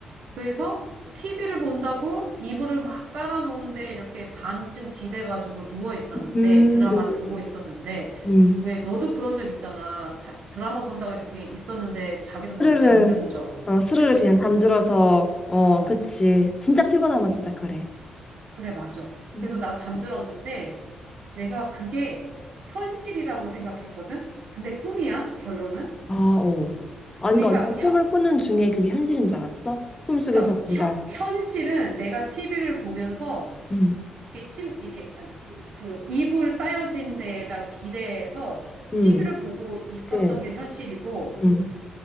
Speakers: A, on the right (about 70°); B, on the left (about 30°).
A: 그래서 TV를 본다고 이불을 막 깔아놓은데 이렇게 반쯤 기대가지고 누워 있었는데
B: 음,
A: 드라마를
B: 음.
A: 보고 있었는데
B: 음.
A: 왜 너도 그런 적 있잖아. 자- 드라마 본다고 이렇게 있었는데 자기도 모르게
B: 스르르
A: 잠드는 적.
B: 어 스르르
A: 그치?
B: 그냥 잠들어서 어
A: 어,
B: 그치 진짜 피곤하면 진짜 그래
A: 그래, 맞아.
B: 음.
A: 그래서 나 잠들었는데 내가 그게 현실이라고 생각했거든? 근데 꿈이야, 결론은.
B: 아, 어. 아, 그러니까
A: 그러니까,
B: 언니가
A: 현,
B: 꿈을 꾸는 중에 그게 현실인 줄 알았어? 꿈속에서
A: 그러니까
B: 우리가
A: 현, 현실은 내가 TV를 보면서
B: 음,
A: 이게 침, 이게, 아니, 그, 이불 쌓여진 데에다 기대서
B: 음,
A: TV를 보고 있었던
B: 그치,
A: 게 현실이고,
B: 음,